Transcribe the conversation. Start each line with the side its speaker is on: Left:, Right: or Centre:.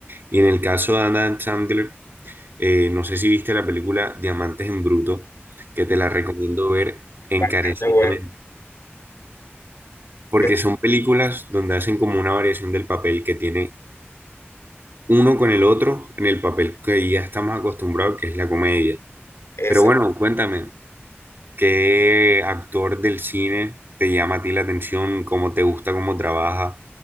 Right: Y en el caso de Adam Sandler, eh, no sé si viste la película Diamantes en Bruto, que te la recomiendo ver encarecidamente,
Left: Bastante bueno.
Right: porque
Left: que
Right: son películas donde hacen como una variación del papel que tiene uno con el otro en el papel que ya estamos acostumbrados, que es la comedia.
Left: Esa.
Right: Pero bueno, cuéntame, ¿Qué actor del cine te llama a ti la atención? ¿Cómo te gusta, cómo trabaja?